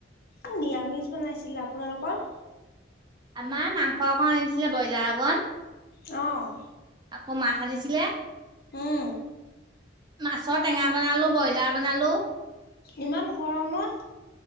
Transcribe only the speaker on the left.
এ, নিৰামিষ বনাইছিলে। আপোনালোকৰ?
অ'।
হুম।
ইমান গৰমত?